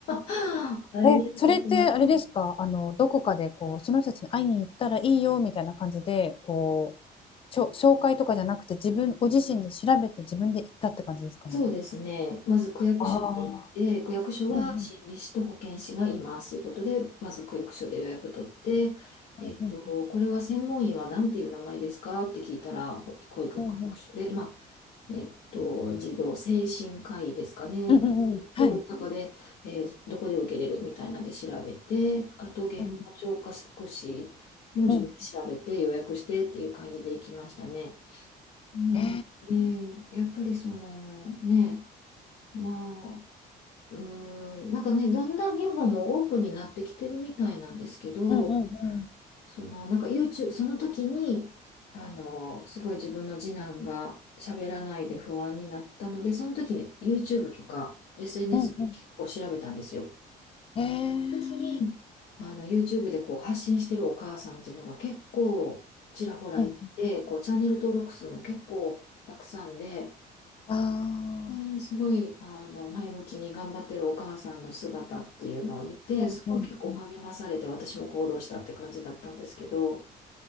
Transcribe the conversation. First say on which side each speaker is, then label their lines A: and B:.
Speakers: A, on the left; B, on the left.
A: <laughs> 会いに行きま
B: え、それってあれですかあの、どこかでこう、その人たちに会いに行ったらいいよみたいな感じで、こう、ちょ、紹介とかじゃなくて、自分、ご自身で調べて自分で行ったって感じですかね。
A: そうですね。まず区役所に行って、
B: ああ、
A: 区役所は心理士と保健師がいますということで、
B: うんうん
A: まず区役所で予約取って、えっと、
B: うん
A: これは専門医は何ていう名前ですかって聞いたら、こういう区役所で、
B: うん
A: まあ、えっと、児童精神科医ですかね。
B: うんうんうんうんうん、はい。
A: で、大阪で、えーどこで受けれるみたいなんで調べて、あと言語聴覚士も自分で調べて予約してっていう感じで行きましたね。
B: うんうん
A: なんで、
B: えー、
A: やっぱりそのね、まあ、うーん、なんかね、だんだん日本もオープンになってきてるみたいなんですけど、
B: うんうんうん
A: その、なんか YouTube、その時に、あの、すごい自分の次男が喋らないで不安になったので、その時に YouTube とか SNS
B: うんうん
A: で結構調べたんですよ。
B: えー、
A: その時に、あの、YouTube でこう発信してるお母さんっていうのが結構ちらほらいてて、
B: うん
A: こうチャンネル登録数も結構たくさんで、
B: あ
A: ね、すごい、あの、前向きに頑張ってるお母さんの姿っていうのを見て、
B: あー、
A: すごい結構励まされて、
B: うんうんうん
A: 私も行動したって感じだったんですけど、